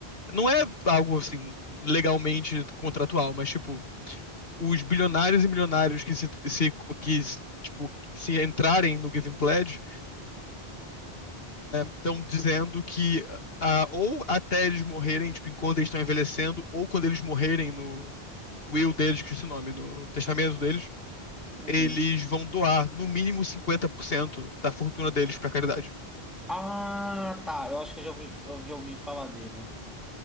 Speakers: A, on the left; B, in the centre.
A: não é algo, assim, legalmente contratual, mas, tipo, os bilionários e milionários que se, se- que, tipo, se entrarem no Giving Pledge estão dizendo que ah, ou até eles morrerem, tipo, enquanto eles estão envelhecendo, ou quando eles morrerem no, will deles, que esse nome, no testamento deles,
B: Uhum.
A: eles vão doar no mínimo 50% da fortuna deles pra caridade.
B: Ah, tá. Eu acho que eu já ouvi, eu já ouvi falar dele.